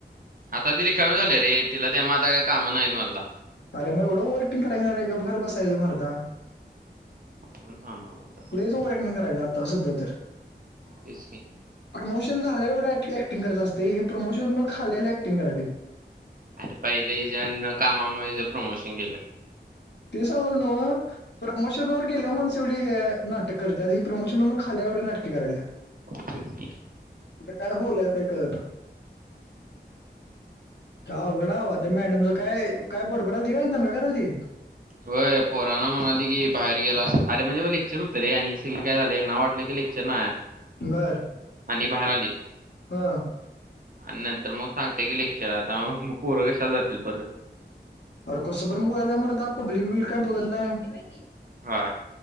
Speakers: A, on the right; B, on the left.
A: आता ती रिकामी झालीय रे, तिला त्यामुळं आता काही कामं नाहीत मरदा.
B: अरे मग एवढं ओव्हरॅक्टिंग करायचं नाही रे गप घरी बसायचं मरदा.
A: कोण सांगणार मला आता?
B: लईच ओव्हरॅक्टिंग करायलीय, आता सध्या तर
A: तेच की
B: प्रमोशन झाल्यावर एवढं ॲक्टिंग करायच असते, हे प्रमोशन मग खाल्याले ॲक्टिंग करायली.
A: अरे पहिले हिच्या न कामामुळ हिज प्रमोशन गेलं.
B: ते सांगल ना. प्रमोशन वर गेल्याव माणस एवढी हे नाटक करत्यात. ही प्रमोशनवर खाली आल्याव एवढी नाटके करायल्या.
A: <inaudible>
B: आता काय बोलायच कळना. काय अवघडे बा ते मॅडमल काय काय बडबडालती का दंगा करालती.
A: होय पोरांना म्हणाली की, बाहेर गेला अस. अरे म्हणजे ब लेक्चर होतं रे आणि सगळी काय झाले ना वाटलं की, लेक्चर
B: बर
A: आणि बाहेर आलीत.
B: हा
A: आणि नंतर मग सांगते की, लेक्चर हाय. आता पोरं कशाला जातील परत.
B: अर कसं पण बोलायली मर्दा पब्लिक बिब्लिक काय बघत नाही.
A: होय.